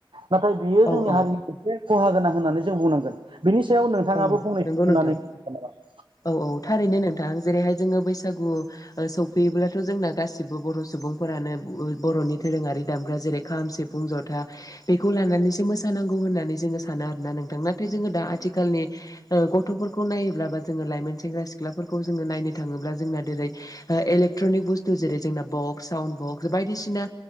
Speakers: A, on the right; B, on the left.
A: नाथाय बियो
B: औ
A: जोंनि
B: औ
A: हारिनि मोनसे खहा गोनां होननानै जों बुंनांगोन। बिनि सायाव नोंथाङाबो
B: औ
A: फंनैसो
B: नंगौ
A: बुंनानै
B: नोंथां
A: <unintelligible>
B: औ औ थारैनो नोंथां जेरैहाय जोङो बैसागु ओ सौफैयोब्लाथ' जोंना गासिबो बर' सुबुंफोरानो बर'नि दोरोङारि दामग्रा जेरै खाम सि फुं जथा बेखौ लानानैसो मोसानांगौ होननानै जोङो सानो आरोना नोंथां ना थाय जोङो दा आथिखालनि ओ गथ'फोरखौ नायोब्ला बा जोङो लाइमोन सेंग्रा सिख्लाफोरखौ जोङो नायनो थाङोब्ला जोंना देरै ओ इलेक्ट्रनिक बुस्थु जेरै जोंना बक्स साउन्ड बक्स बायदिसिना